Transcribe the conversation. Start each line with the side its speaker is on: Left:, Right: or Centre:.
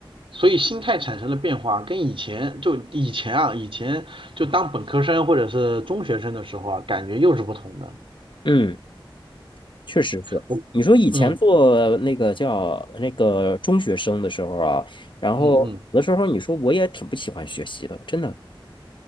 Right: 所以心态产生了变化，跟以前就以前啊，以前就当本科生或者是中学生的时候啊，感觉又是不同的。
Left: 嗯，确实是。
Right: 我，
Left: 你说以前做那个叫那个中学生的时候啊，
Right: 嗯
Left: 然后有的时候你说我也挺不喜欢学习的，
Right: 嗯嗯，
Left: 真的，